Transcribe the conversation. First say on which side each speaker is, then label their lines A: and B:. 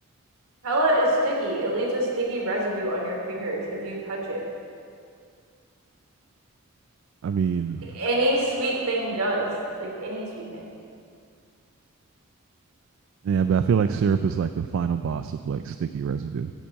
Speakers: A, on the right (about 80°); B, on the right (about 60°).
A: Nutella is sticky. It leaves a sticky residue on your fingers if you touch it.
B: I mean,
A: Like any sweet thing does. Like any sweet thing.
B: Yeah, but I feel like syrup is like the final boss of like sticky residue.